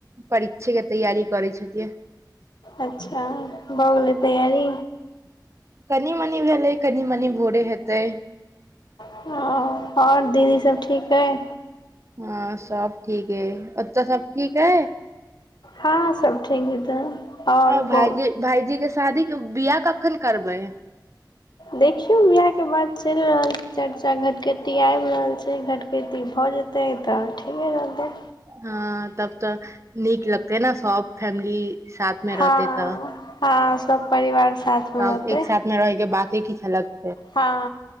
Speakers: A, on the right (about 40°); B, on the left (about 70°).
A: परीक्षे के तैयारी करै छथिियै।
B: अच्छा भऽ गेलै तैयारी।
A: कनि मनी भेलै कनि मनी भोरे हेतै।
B: हँ आओर दीदी सब ठीक हइ।
A: हँ सब ठीकीक है ओ तऽ सब ठीक है।
B: हँ सब ठीक ही तऽ। आओर
A: हँ भाजी
B: गो
A: भाजीे शादी के बिआ कखन करबै।
B: देखियौ बिआहके बात चलि रहल छै चर्चा घटकटी आबि रहल छै घटकटी भऽ जेतै तऽ ठीके रहतै।
A: ह तब तऽ नीक लगते न सब फैमिली साथ मे
B: हँ
A: रहतै तऽ
B: ह सब परिवार साथमे
A: सब
B: रहतै
A: एक साथ मे रहके बात देखी छलेलक।
B: हँ